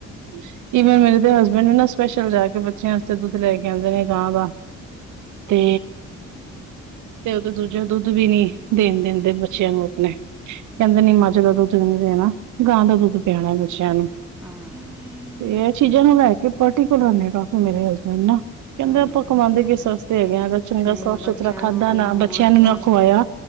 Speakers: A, on the right (about 75°); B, in the centre.
A: <unintelligible> ਈਵਨ ਮੇਰੇ ਦੇ ਹਸਬੈਂਡ ਨਾ ਸਪੈਸ਼ਲ ਜਾ ਕੇ ਬੱਚਿਆਂ ਵਾਸਤੇ ਦੁੱਧ ਲੈ ਕੇ ਆਉਂਦੇ ਨੇ ਗਾਂ ਦਾ ਤੇ ਤੇ ਉਹਦੇ ਦੂਜੇ ਦੁੱਧ ਵੀ ਨੀ ਦੇਣ ਦਿੰਦੇ। ਬੱਚਿਆਂ ਨੂੰ ਆਪਣੇ ਕਹਿੰਦੇ ਨੀ ਮੱਝ ਦਾ ਦੁੱਧ ਨੀ ਦੇਣਾ ਗਾਂ ਦਾ ਦੁੱਧ ਪਿਆਣਾ ਬੱਚਿਆਂ ਨੂੰ।
B: ਹੂੰ
A: ਤੇ ਇਹ ਚੀਜ਼ਾਂ ਨੂੰ ਲੈ ਕੇ ਪਰਟੀਕੁਲਰ ਨੇ ਕਾਫੀ ਮੇਰੇ ਹਸਬੈਂਡ ਨਾ ਕਹਿੰਦੇ
B: ਹਾਂ
A: ਆਪਾਂ ਕਮਾਉਂਦੇ ਕਿਸ ਲੲ? ਸਸਤੇ ਹੈਗੇ ਅਰ ਚੰਗਾ
B: ਸਹੀ
A: ਸਾਫ਼
B: ਗੱਲ
A: ਸੁਥਰਾ
B: ਬੱਚਿਆਂ
A: ਖਾਧਾ
B: ਨੂੰ ਨਹੀਂ
A: ਨਾ
B: ਹੋਰ
A: ਬੱਚਿਆਂ ਨੂੰ
B: ਕਿਆ
A: ਨਾ ਖਵਾਇਆ